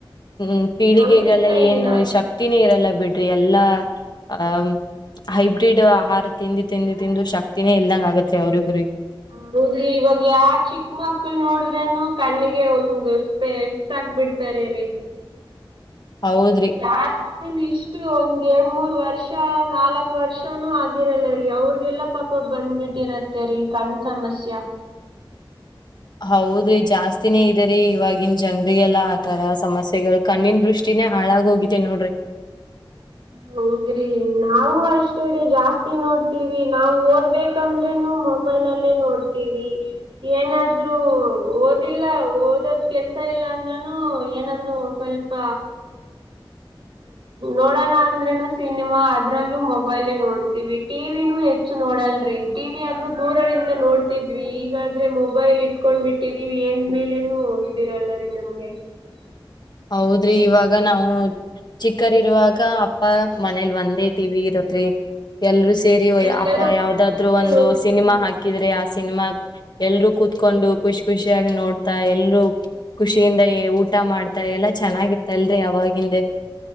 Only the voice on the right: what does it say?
ಅವ್ರಿಂದ
ಏನಾಗ್ತದೆ
ಹ -ಹೋದ್ರಿ ಇವಾಗ ಯ ಚಿಕ್ಕ ಮಕ್ಳ ನೋಡಿದ್ರೇನು ಕಣ್ಣಿಗೆ ಒಂದು ಸ್ಪೇ ಹಕ್ ಬಿಡ್ತಾರ- ರೀ
ಯಾರಾದ್ರೂನು ಇಷ್ಟು ಒಂದ್ ಎರಡ್ ಮೂರ್, ವರ್ಷ ನಾಲ್ಕು ವರ್ಷನುೂ ಆಗಿರಲ್ಲ- ರೀ ಅವ್ರಗೆಲ್ಲ ಪಾಪ ಬಂದ್ಬಿಟ್ಟಿರತ್ತೆ -ರಿ ಕಣ ಸಮಸ್ಯ
ಹ್ಮ ನಾವು ಅಷ್ಟೇ ರೀ ಜಾಸ್ತಿ ನೋಡ್ತೀವಿ ನಾವು ಓದ್ಬೇಕಂದ್ರೇನು ಮೊಬೈಲ್ ನೋಡ್ತವಿ ಏನಾದ್ರು ಓದಿಲ್ಲ ಓದೋದ ಕೆಲ್ಸ ಇಲ್ಲ ಅಂದ ಏನಾದ್ರು ಸ್ವಲ್ಪ ನೋಡೋಣ ಅಂದ್ರೆ ಸಿನಿಮಾ ಅದ್ರಲ್ಲೂ ಮೊಬೈಲ ನೋಡ್ತೀವಿ ಟಿವಿನೂ ಹೆಚ್ಚು ನೋಡಲ್ರಿ ಟಿವಿ ಅ್ರೂ ದೂರದಿಂದ ನೋಡ್ತಿದ್ವಿ ಈಗಾದ್ರೆ ಮೊಬೈಲ್ ಇಟ್ಕೊಂಡ್ ಬಿಟ್ಟಿದೀವಿ ಏನ್ ಮೇಲೆನುೂ ಇದಿರಲ್ಲ <inaudible>
ಎಲ್ಲರೂ
ಕುತ್ಕೊಂತ
ನೋಡ್ತಿದ್ವಿ.